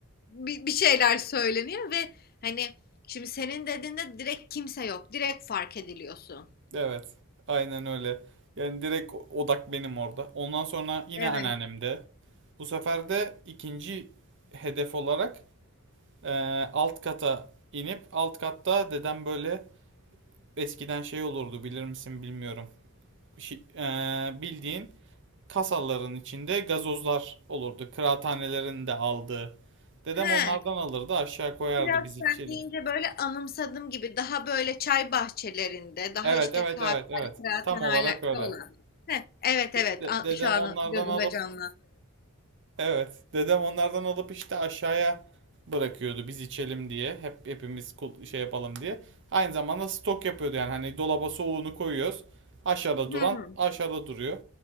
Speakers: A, on the left (about 40°); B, on the right (about 55°).
A: bir, bir şeyler söyleniyor ve hani şimdi senin dediğinde direkt kimse yok direkt fark ediliyorsun.
B: Evet. Aynen öyle. Yani direkt odak benim orada. Ondan sonra yine
A: Evet.
B: anneannemde. Bu sefer de ikinci hedef olarak e, alt kata inip alt katta dedem böyle eskiden şey olurdu bilir misin bilmiyorum. Şi- e, bildiğin kasaların içinde gazozlar olurdu. Kıraathanelerin de aldığı. Dedem
A: He.
B: onlardan alırdı aşağı koyardı
A: Biraz
B: biz içelim.
A: sen deyince böyle anımsadım gibi daha böyle çay bahçelerinde, daha
B: Evet
A: işte
B: evet
A: kahvelerde,
B: evet evet.
A: kıraathanelerde
B: Tam olarak öyle.
A: olan. Heh, evet
B: De-
A: evet
B: de-
A: A-
B: dedem
A: şu an
B: onlardan
A: gözümde
B: alıp
A: canlandı.
B: Evet. Dedem onlardan alıp işte aşağıya bırakıyordu biz içelim diye. Hep hepimiz kul- şey yapalım diye. Aynı zamanda stok yapıyordu yani hani dolaba soğuğunu koyuyoruz. Aşağıda
A: Hmm.
B: duran aşağıda duruyor.